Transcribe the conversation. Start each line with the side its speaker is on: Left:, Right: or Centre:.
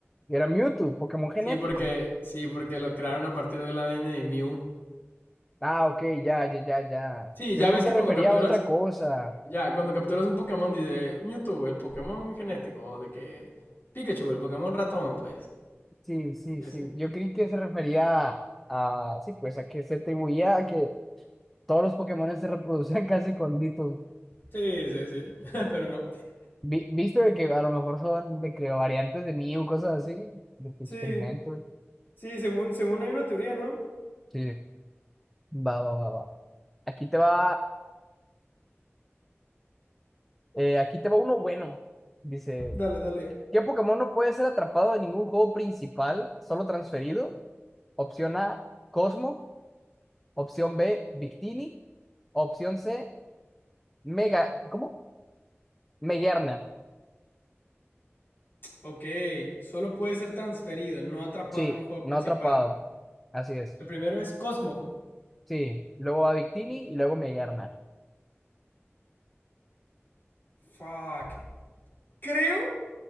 Centre: era Mewtwo, Pokémon genético.
Left: Sí, porque, sí, porque lo crearon a partir del ADN de Mew.
Centre: Ah, ok, ya, ya, ya, ya.
Left: Sí,
Centre: Yo
Left: ya
Centre: creí
Left: ves
Centre: que se
Left: que
Centre: refería
Left: cuando capturas,
Centre: a otra cosa.
Left: ya, cuando capturas un Pokémon dice Mewtwo, el Pokémon genético, o de que Pikachu, el Pokémon ratón, pues.
Centre: Sí, sí,
Left: Y
Centre: sí.
Left: así.
Centre: Yo creí que se refería a, a- sí, pues a que se atribuía a que todos los Pokémon se reproducían <laughs> casi con Ditto.
Left: Sí, sí, sí, <laughs> pero no.
Centre: Vi- visto de que a lo mejor son, me creo, variantes de Mew, cosas así, de que
Left: Sí,
Centre: experimento.
Left: sí, según, según hay una teoría, ¿no?
Centre: Sí, va, va, va, va. Aquí te va, eh, aquí te va uno bueno. Dice,
Left: Dale, dale.
Centre: ¿qué Pokémon no puede ser atrapado en ningún juego principal, solo transferido? Opción A, Cosmo. Opción B, Victini. Opción C, Mega. ¿Cómo? Meguerna.
Left: Ok, solo puede ser transferido, no atrapado
Centre: Sí,
Left: en un juego
Centre: no
Left: principal.
Centre: atrapado. Así es.
Left: El primero es Cosmog.
Centre: Sí, luego a Victini y luego Meguerna.
Left: Fuck. Creo